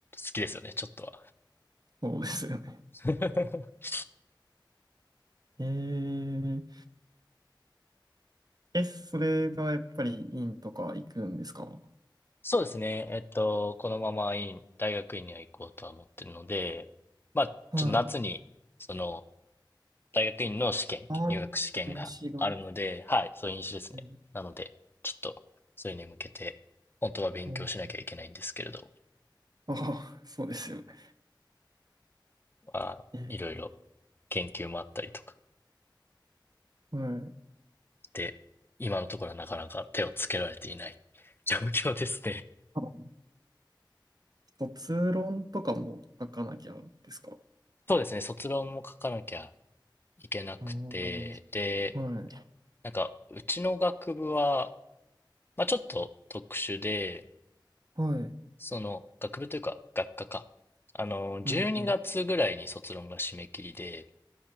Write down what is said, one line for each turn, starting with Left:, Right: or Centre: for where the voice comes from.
Left: きですよね、ちょっと
Right: そうですよね。
Left: は。<laughs>
Right: <laughs> えー、え、それがやっぱり院とか行くんですか
Left: そうですね。えっと、このまま院、大学院には行こうとは思ってるので、まあ、
Right: はい。
Left: ちょっと夏に、その、大学院の試験、
Right: ああ、
Left: 入学試験があるので、
Right: a が。
Left: はい、そういう飲酒ですね。
Right: えー
Left: なので、ちょっと、それに向けて、本当は勉強しなきゃいけないんですけれど、
Right: とああ、そうですよね。
Left: まあ、
Right: え
Left: いろいろ研究もあったりとか
Right: ー、はい。
Left: で、今のところはなかなか手をつけられていない状況ですね。
Right: あ、卒論とかも書かなきゃですか
Left: そうですね、卒論も書かなきゃいけなくて、
Right: ああー、
Left: で、
Right: はい。
Left: なんか、うちの学部は、まあちょっと特殊で、
Right: はい。
Left: その、学部というか、学科か。あの、12月ぐらいに卒論が締め切りで、
Right: うん。